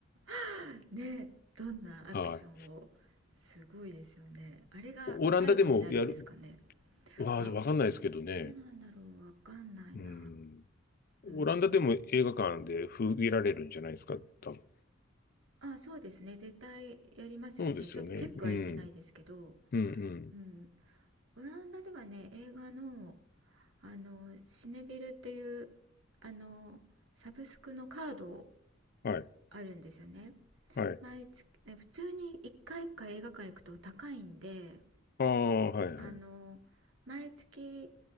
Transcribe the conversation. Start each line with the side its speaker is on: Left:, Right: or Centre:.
Right: <laughs> ね、どんなアクションを
Left: はい。
Right: すごいですよね。あれが最後になるんですかね。
Left: オランダでもやる、わあ、
Right: あ、
Left: わかんないですけどね。
Right: どうなんだろう、わかんないな。
Left: うん。オランダでも映画館で封切られるんじゃないですか、
Right: うん。
Left: 多分。
Right: あ、そうですね、絶対やりますよね。
Left: そうですよね。
Right: ちょっとチェックはしてないですけど、
Left: うん。うん、うん。
Right: うん。オランダではね、映画の、あの、シネベルっていう、あの、サブスクのカード
Left: はい。
Right: あるんですよね。
Left: はい。
Right: 毎月、ね普通に一回か回映画館行くと高いんで、
Left: ああ、はい、
Right: あの毎月
Left: はい。